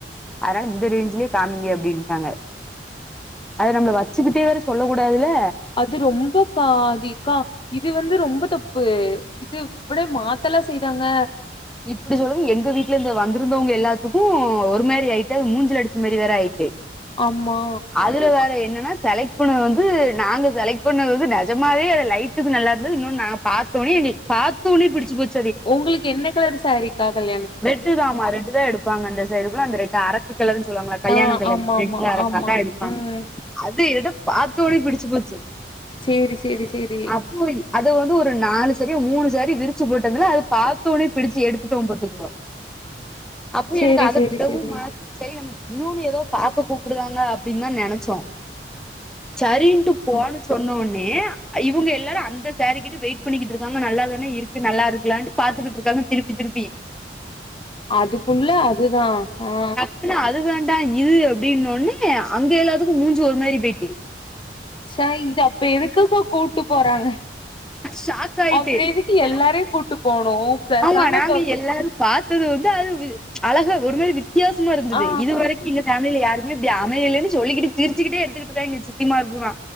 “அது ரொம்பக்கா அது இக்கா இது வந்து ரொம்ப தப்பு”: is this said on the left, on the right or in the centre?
Left